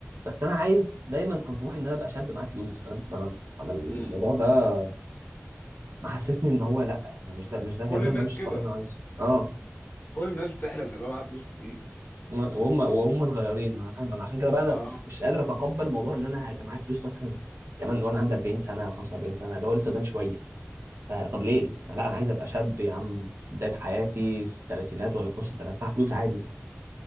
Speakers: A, on the right; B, on the left.
A: بس انا عايز دايما كان طموحي ان انا ابقى شاب معايا فلوس فاهم فانا فانا الموضوع
B: امم
A: ده محسسني ان هو لا انا مش ده مش ده
B: كل
A: غالبا
B: الناس
A: ده مش
B: كده
A: الطريق اللي انا عايزه اه
B: كل الناس بتحلم ان يبقى معاها فلوس كتير
A: هما- وهم وهم صغيرين ما انا فاهم انا عشان كده بقى انا
B: اه
A: مش قادر اتقبل موضوع ان انا هيبقى معايا فلوس مثلا كمان وانا عندي 40 سنه او 45 سنه اللي هو لسه قدامي شويه آه طب ليه؟ لا انا عايز ابقى شاب يا عم في بدايه حياتي في الثلاثينات ولا في نص الثلاثينات معايا فلوس عادي